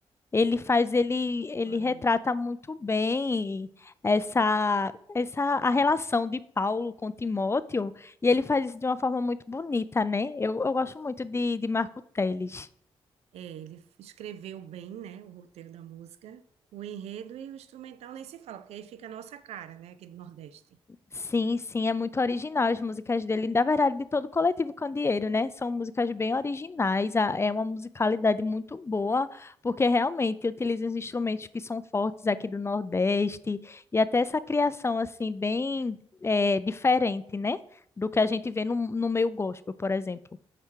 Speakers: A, on the left (about 25°); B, on the right (about 85°).
A: Ele faz, ele, ele
B: Porém,
A: retrata muito bem essa, essa a relação de Paulo com Timóteo, e ele faz isso de uma forma muito bonita, né? Eu, eu gosto muito de, de Marco Teles.
B: é, ele escreveu bem, né, o roteiro da música. O enredo e o instrumental nem se fala, porque aí fica a nossa cara, né, aqui do Nordeste.
A: Sim, sim, é muito original as músicas dele, na verdade, de todo o coletivo Candeeiro, né? São músicas bem originais, a- é uma musicalidade muito boa, porque realmente utiliza os instrumentos que são fortes aqui do Nordeste, e até essa criação, assim, bem eh, diferente, né? Do que a gente vê no, no meio gospel, por exemplo.